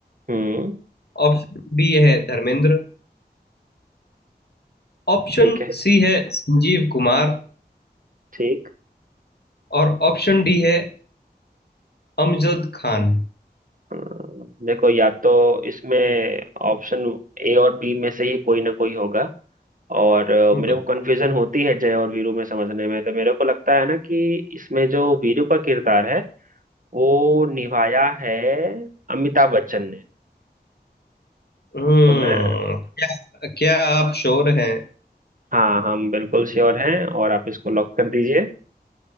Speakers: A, on the right; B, on the left.
A: हम्म
B: ऑप्शन बी है धर्मेंद्र ऑप्शन
A: ठीक है
B: सी है संजीव कुमार
A: ठीक
B: और ऑप्शन डी है अमजद खान
A: अम, देखो या तो इसमें ऑप्शन ए और बी में से ही कोई ना कोई होगा और अ,
B: <laughs>
A: मेरे को कंफ्यूजन होती है जय और वीरू में समझने में तो मेरे को लगता है ना कि इसमें जो वीरू का किरदार है वो निभाया है अमिताभ बच्चन ने
B: हम्म
A: तो मैं
B: क्या क्या आप श्योर हैं
A: हाँ हम बिल्कुल श्योर हैं और आप इसको लॉक कर दीजिए